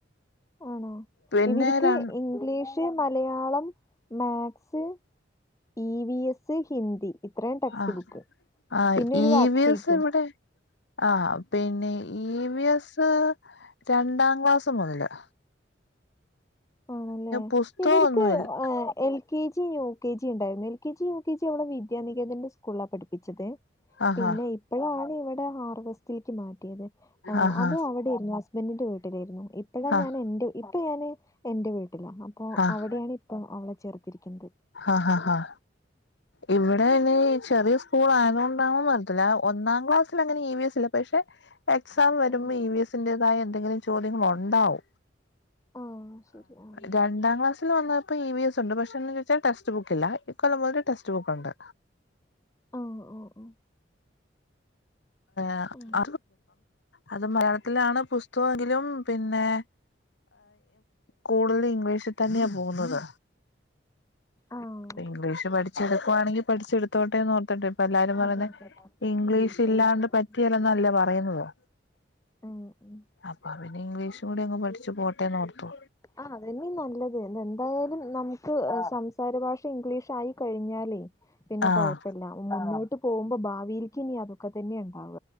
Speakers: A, on the left; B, on the left.
A: ആണോ?
B: പിന്നെ
A: ഇവരിക്ക്
B: ര
A: English Malayalam maths E V S Hindi ഇത്രയും ടെക്സ്റ്റ്
B: ആഹ്
A: ബുക്ക്
B: ആഹ്
A: പിന്നെ ഒരു
B: ഇ
A: വർക്ക്
B: വി
A: ഷീറ്റും
B: എസ് ഇവിടെ ആഹ് പിന്നെ ഇ വി എസ് രണ്ടാം ക്ലാസ് മുതലാ
A: ആണല്ലേ
B: പുസ്തകം
A: ഇവരിക്ക്
B: ഒന്നുമില്ല
A: L K G U K G ഉണ്ടായിരുന്നു L K G U K G ടെ വിദ്യാനികേതന്റെ സ്കൂളാണ് പഠിപ്പിച്ചത്
B: ആഹാ
A: പിന്നെ ഇപ്പഴാണ് ഇവിടെ ഹാർവസ്റ്റില്ക്ക് മാറ്റിയത് ആഹ്
B: ആഹാ
A: അത് അവിടെരുന്നു ആ സ് ബന്റിന്റെ വീട്ടിലായിരുന്നു ഇപ്പഴാ
B: ആഹ്
A: ഞാൻ എന്റെ ഇപ്പ ഞാന് എന്റെ വീട്ടിലാ അപ്പൊ
B: ആഹ്
A: അവിടെയാണ് ഇപ്പൊ അവളെ ചേർത്തിരിക്കുന്നത്
B: ആഹ് ആഹ് ഇവിടെ നി ചെറിയ സ്കൂൾ ആയതുകൊണ്ടാണോന്ന് അറിയ ത്തില്ല ഒന്നാം ക്ലാസ്സൽ അങ്ങനെ ഇ വി എസ് ല പക്ഷെ എക്സാം വരുമ്പോ
A: ഉം
B: ഇ വി എസിന്റേതായ എന്തെങ്കിലും ചോദ്യങ്ങളൊണ്ടാവു
A: ആഹ് ശരി ആഹ് ആഹ്
B: രണ്ടാം ക്ലാസിൽ വന്നപ്പോ ഇ വി എസ് ഉണ്ട് പക്ഷെന്തെന്ന് വെച്ചാ ടെസ്റ്റ് ബുക്കില്ല ഇ കൊല്ലം മുതൽ ടെക്സ്റ്റ് ബുക്കുണ്ട്
A: ആഹ് ഓഹ് ഓഹ്
B: <inaudible>
A: ഉം
B: അത് മലയാളത്തിലാണ് പുസ്തകൊങ്കിലും പിന്നെ കൂടുതലും ഇംഗ്ലീഷിൽ തന്നെയാ പോകുന്നത്
A: ആഹ്
B: ഇംഗലീഷ് പഠിച്ചെടുക്കുണെങ്കി പഠിച്ചെടുത്തോട്ടെ നോർതിട്ട് ഇപ്പൊ എല്ലാരും
A: അതെ
B: പറയുന്നെ
A: അതെ അതെ
B: ഇംഗ്ലീഷ്
A: ഉം ശരിയാണ്
B: ഇല്ലാണ്ട് പറ്റിയല്ല നല്ലേ പറയുന്നത്
A: ഉം ഉം
B: അപ്പൊ പിന്നെ ഇംഗ്ലീഷും കൂടിയങ് പഠിച്ചു പോട്ടേന്നോർത്തു
A: ആഹ് അതന്നെ നല്ലത് എന്തായാലും നമുക്ക് സംസാര ഭാഷ ഇംഗ്ലീഷ് യി കഴിഞ്ഞാലേ പിന്നെ
B: ആഹ്
A: കുഴപ്പ ല്ല മുന്നോട്ട് പോകുമ്പോ ഭാവിൽക്ക് ഇനി അതൊക്കെ തന്നെ ഉണ്ടാവ